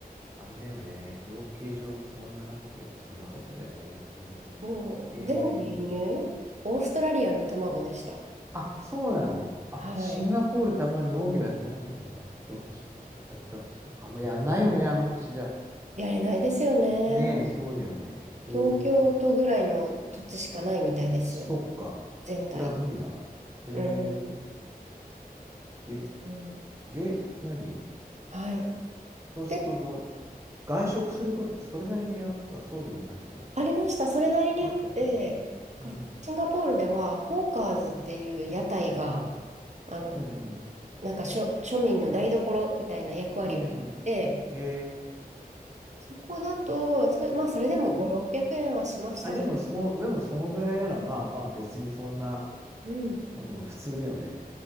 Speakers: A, on the right; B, on the right.
A: あれだよね。養鶏場もそんななくてって、そんなことだよね。うん。
B: もう全部輸入、
A: えー、
B: オーストラリアの卵でした。
A: あ、そうなのあ、
B: はい。
A: シンガポールってあんまり農業やってないんだ、じゃあ。ちょっとしか。やってたとしても。あんまやんないよね、あの土地じゃ。
B: やれないですよね。
A: ねえ、そうだよね。えー、
B: 東京都ぐらいの土地しかないみたいですよ。
A: そっか。
B: 全体で。
A: それは無理だわ。えー、
B: うん。
A: で、
B: うん
A: で、何
B: はい。
A: そうするとどん、
B: で、
A: 外食すること、それなりにあった、そうでもない
B: ありました。それなりにあって、
A: あったよね。
B: かシンガポールでは、
A: うん、
B: ホーカーズっていう屋台が、
A: うん、
B: あの、
A: うん、うん。
B: なんかしょ庶民の台所みたいな役割をして、
A: うんへえ。
B: そこだと、それ、まあ、それでも5、600円はしましたけど、
A: あ、でも、そ、でもそのぐらいなら、まあまあ、別にそんな、
B: うん。
A: うん、普通だよね。